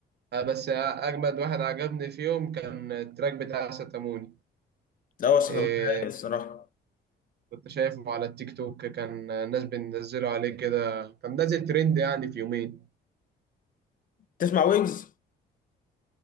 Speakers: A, on the right (about 55°); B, on the left (about 45°).
A: آه، بس أجمد واحد عجبني فيهم كان التراك بتاع ستاموني
B: لا هو صوته
A: آه،
B: رايق الصراحة
A: كنت شايفه على التيك توك كان الناس بتنزله عليه كده كان نازل ترند يعني في يومين
B: تسمع ويجز؟